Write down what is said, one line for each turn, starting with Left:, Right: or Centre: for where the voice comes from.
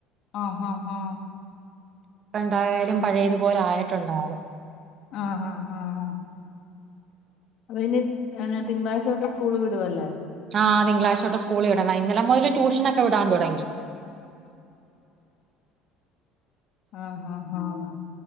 Left: ആഹ് ഹാ ഹാ
Right: ഇപ്പ എന്തായാലും പഴയതുപോലെ ആയിട്ടുണ്ട് ആള്
Left: ആഹ് ആഹ് ആഹ് അപൊ ഇനി എന്നാ തിങ്കളാഴ്ച തൊട്ട് സ്കൂള് വിടുവല്ലേ
Right: ആഹ് തിങ്കളാഴ്ച തൊട്ട് സ്കൂളില് വിടണം ഇന്നലെ മുതല് ട്യൂഷനൊക്കെ വിടാൻ തുടങ്ങി
Left: ആഹ് ആഹ് ആഹ്